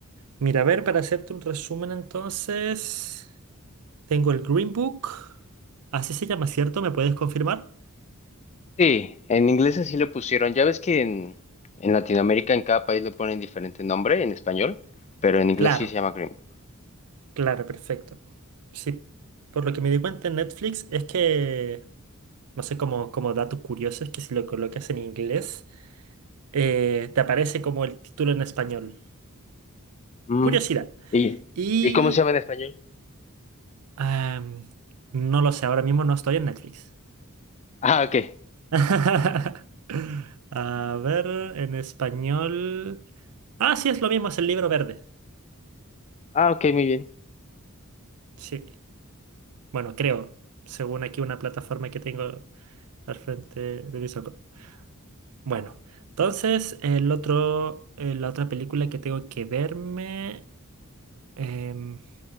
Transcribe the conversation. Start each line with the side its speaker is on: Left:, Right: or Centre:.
Right: Mira, a ver, para hacerte un resumen entonces, tengo el Green Book. Así se llama, ¿cierto? ¿Me puedes confirmar?
Left: Sí, en inglés así le pusieron. Ya ves que en, en Latinoamérica en cada país le ponen diferente nombre en español, pero en inglés
Right: Claro,
Left: sí se llama Grimm.
Right: claro, perfecto. Sí, por lo que me di cuenta en Netflix es que, no sé, como, como datos curiosos, que si lo colocas en inglés, eh, te aparece como el título en español.
Left: Mm.
Right: Curiosidad.
Left: ¿Y,
Right: Y...
Left: ¿Y cómo se llama en español?
Right: am, no lo sé, ahora mismo no estoy en Netflix.
Left: Ah, ok.
Right: <laughs> A ver, en español. Ah, sí, es lo mismo, es el libro verde.
Left: Ah, ok, muy bien.
Right: Sí. Bueno, creo, según aquí una plataforma que tengo al frente de mis ojos. Bueno, entonces el otro, eh, la otra película que tengo que verme. em,